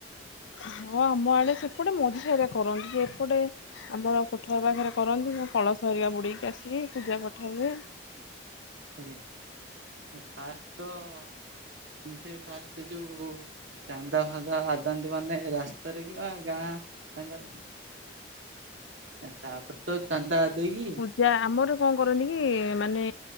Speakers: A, on the left; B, on the right.
A: ହଁ ଆମ ଆଡ଼େ ସେପଟେ ମଝି ସାହିରେ କରନ୍ତି। ଯେ ଏପଟେ ଆମର କୋଠ ଘର ପାଖରେ କରନ୍ତି ମୁଁ କଳସ ଅରିକା ବୁଡ଼େଇକି ଆସିକି ପୂଜା ପାଠ ହୁଏ।
B: ଆଜ୍ଞା ଫାଷ୍ଟ୍ ତ ସେମିତି ଫାଷ୍ଟ। ସେ ଯୋଉ ଚାନ୍ଦା ଫାନ୍ଦା ଆଦାନ୍ତି ମାନେ ରାସ୍ତାର କି ବା ଗାଁ। ଚାନ୍ଦାରେ ତା ପରେ ତ ଚାନ୍ଦା ଦେଇକି
A: ଯା ଆମର କଣ କରନ୍ତି କି ମାନେ?